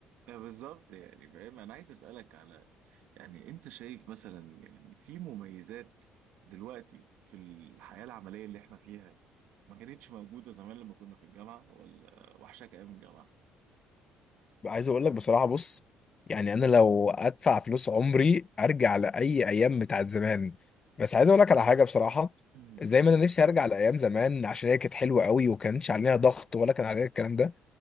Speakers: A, on the right; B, on the left.
A: آه، بالظبط يعني فاهم أنا عايز أسألك على يعني انت شايف مثلا يعني في مميزات دلوقتي في الحياة العملية اللي احنا فيها ما كانتش موجودة زمان لما كنا في الجامعة ولا وحشك ايام الجامعة
B: عايز اقول لك بصراحه بص يعني انا لو ادفع فلوس عمري ارجع لاي ايام بتاعت زمان بس عايز اقول لك على حاجه بصراحه
A: <clears throat>
B: زي
A: ال-
B: ما انا نفسي ارجع لايام زمان عشان هي كانت حلوه قوي وكانش عليها ضغط ولا كان عليها الكلام ده